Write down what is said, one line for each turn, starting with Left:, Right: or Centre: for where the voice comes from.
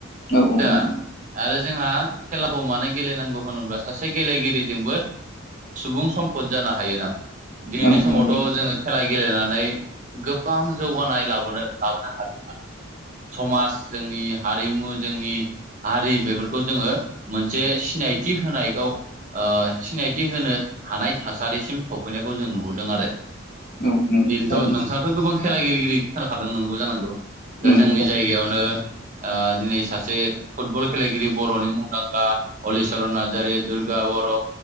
Left: औ औ
Right: दा
Left: नंगौ
Right: आरो जोंहा खेलाखौ मानो गेलेनांगौ होनोब्ला सासे गेलेगिरिजोंबो सुबुं सम्पद जानो हायो ना। दिनैनि
Left: औ
Right: समावथ'
Left: नंगौ
Right: जोङो खेला गेलेनानै गोब बां जौगानाय लाबोनो लाबोनो हादोंं <unintelligible> समाज जोंनि हारिमु जोंनि हारि बेफोरखौ जोङो मोनसे सिनायथि होनाय गाव ओ सिनायथि होनो हानाय थासारिसिम सफैनायखौ जों नुहुरदों आरो
Left: औ नंगौ
Right: बेनोथ'
Left: थारैनो
Right: नों दाथ' गोबां खेला गेलेगिरि गिरि खोनाखादों नंगौ जानांगौ।
Left: नंगौ
Right: दा जोंनि जायगायावनो ओ दिनै सासे फुटबल खेलेगिरि बर'नि मुंदांखा हलिचरन नार्जारि, दुर्गा बर'